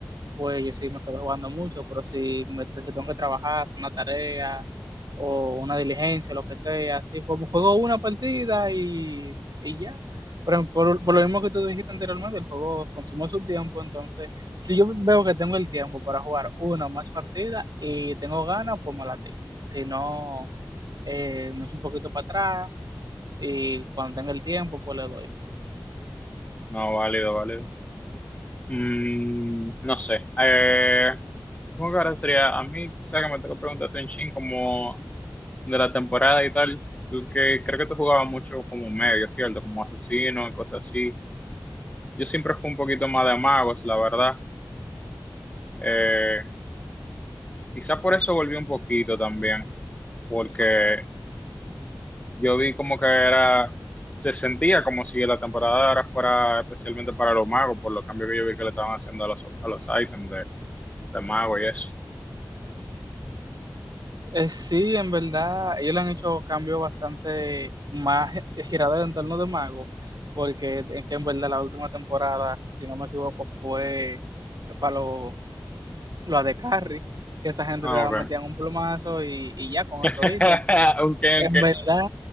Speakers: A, on the right; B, on the left.
A: pues yo sí me quedo jugando mucho, pero si, me, si tengo que trabajar, hacer una tarea o una diligencia, lo que sea, sí, juego, juego una partida y, y ya. Pero por, por, lo mismo que tú dijiste anteriormente, el juego consume su tiempo, entonces si yo veo que tengo el tiempo para jugar una o más partidas y tengo ganas, pues me la tiro. Si no, eh, me echo un poquito para atrás y cuando tenga el tiempo, pues le doy.
B: No, válido, válido. Mm, no sé. Eh, supongo que ahora sería a mí, quizá que me tengo que preguntarte un chin como de la temporada y tal. Tú que creo que tú jugabas mucho como medio, ¿cierto? Como asesino y cosas así. Yo siempre fui un poquito más de magos, la verdad. Eh, quizá por eso volví un poquito también, porque yo vi como que era, se sentía como si la temporada de ahora fuera especialmente para los magos, por los cambios que yo vi que le estaban haciendo a los, a los ítems de, de mago y eso.
A: Eh, sí, en verdad, ellos le han hecho cambios bastante más girados en torno de Mago, porque en, que en verdad la última temporada, si no me equivoco, fue para los lo de Carrie, que esa gente
B: Ah,
A: te
B: ok.
A: metían un plomazo y, y ya con
B: <laughs>
A: eso ítem.
B: Ok, ok.
A: En verdad,